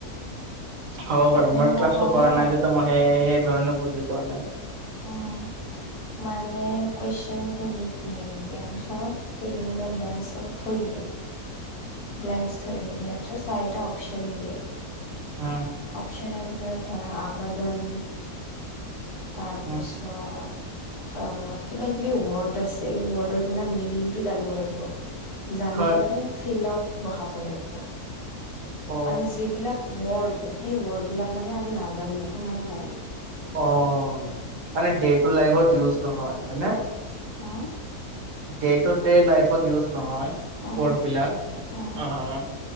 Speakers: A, on the right (about 65°); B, on the left (about 75°).
A: হ'ব
B: মানে
A: পাৰেু মই ক্লাছটো
B: কওঁ
A: কৰা
B: হা
A: নাই যে মই সেয়ে সেই ধৰণে বুজি পোৱা নাই।
B: উম। মানে কুৱেশ্যনটো দি দিয়ে দিয়াৰ পিছত ফিলিং দা ব্লেংছ অলপ থৈ দিয়ে।
A: <inaudible>
B: ব্লেংছ থৈ দিয়ে, দিয়াৰ পিছত চাৰিটা অপ্চন দিয়ে,
A: উম
B: অপ্চনৰ <unintelligible> ধৰা আবাদন, তাৰপিছত
A: উম
B: অ' কিবা কিবি ৱৰ্ড আছে এই ৱৰ্ডৰ বিলাক মিনিংটো জানিব লাগিব, জানি
A: হয়
B: কেনে সেই ফিলত বহাব লাগিব।
A: অ
B: আৰু যিবিলাক ৱৰ্ড সেই ৱৰ্ড বিলাক মানে আমি নাজানোৱে শুনাই নাই আজিলৈকে।
A: অ' মানে ডে টু লাগিব ডিইউজ নহয় হয় নে।
B: হা?
A: ডে টু ডে লাইফত ইউজ নহয়
B: উহু
A: ৱৰ্ডবিলাক
B: উহু
A: অ'।